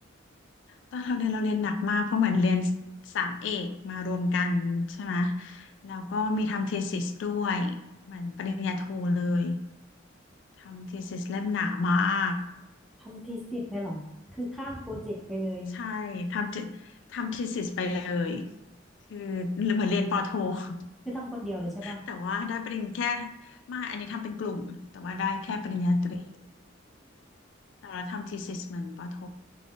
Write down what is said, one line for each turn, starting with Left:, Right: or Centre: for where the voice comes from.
Left: ตอนเราเรียนเราเรียนหนักมากเพราะเหมือนเรียนสามเอกมารวมกันใช่ไหมแล้วก็มีทำ thesis ด้วยเหมือนปริญญาโทเลยทำ thesis เล่มหนามาก
Centre: ทำทีสิบเลยเหรอคือข้ามโปรเจกต์ไปเลย
Left: ใช่ทำ the- ทำ thesis ไปเลยคือเหมือนเรียนปอโท <laughs>
Centre: คือทำคนเดียวเลยใช่ปะ
Left: แต่ว่าได้ปริญญาแค่ไมาอันนี้ทำเป็นกลุ่มแต่ว่าได้แค่ปริญญาตรี
Centre: อ่ะ
Left: แต่เราทำ thesis เหมือนปอโท